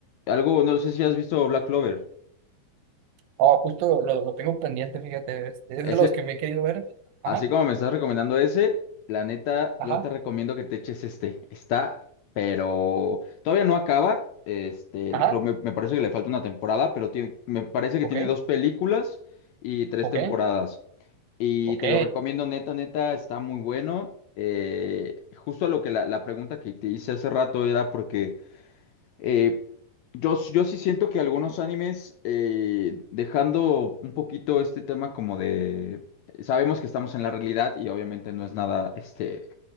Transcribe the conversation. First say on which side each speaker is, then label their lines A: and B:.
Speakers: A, on the left; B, on the right.
A: algo, no sé si has visto Black Clover.
B: Oh, justo lo, lo tengo pendiente, fíjate. Es, es
A: Ese,
B: de los que me he querido ver.
A: así
B: Ajá,
A: como me estás recomendando ese, la neta,
B: ajá,
A: yo te recomiendo que te eches este. Está, pero todavía no acaba. Este,
B: ajá.
A: creo, me, me parece que le falta una temporada, pero tiene, me parece que
B: Ok,
A: tiene dos películas y tres
B: ok,
A: temporadas. Y
B: ok.
A: te lo recomiendo, neta, neta, está muy bueno. Eh, justo a lo que la, la pregunta que te hice hace rato era porque eh, yo, s- yo sí siento que algunos animes, eh, dejando un poquito este tema como de... Sabemos que estamos en la realidad y obviamente no es nada, este